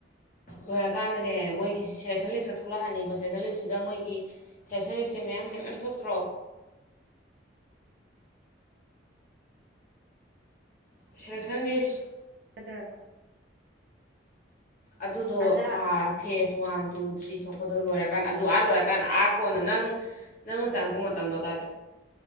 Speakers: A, on the left; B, on the right.
A: ꯂꯣꯏꯔꯀꯥꯟꯗꯅꯦ
B: ꯎꯝ
A: ꯃꯣꯏꯒꯤ ꯁꯦꯂꯦꯛꯁꯟ ꯂꯤꯁꯀ ꯊꯣꯛꯂꯛꯑꯅꯤꯕ ꯁꯦꯁꯟ ꯂꯤꯁꯁꯤꯗ ꯃꯣꯏꯒꯤ ꯁꯦꯁꯟ ꯂꯤꯁꯁꯦ ꯃꯌꯥꯝ ꯃꯌꯥꯝ ꯃꯌꯥꯝ ꯊꯣꯛꯇ꯭ꯔꯣ ꯁꯦꯂꯛꯁꯟ ꯂꯤꯁ
B: ꯀꯩꯗꯧꯔꯕ
A: ꯑꯗꯨꯗꯣ
B: ꯑꯗ
A: ꯐꯦꯁ ꯋꯥꯟ ꯇꯨ ꯊ꯭ꯔꯤ ꯊꯣꯛꯄꯗꯣ ꯂꯣꯏꯔꯀꯥꯟꯗ ꯑꯗꯨ ꯑꯥ ꯂꯣꯏꯔꯀꯥꯟꯗ ꯑꯥ ꯀꯣꯟꯅ ꯅꯪ ꯅꯪꯅ ꯆꯪꯉꯛꯄ ꯃꯇꯝꯗꯣ ꯑꯗꯥꯏꯗ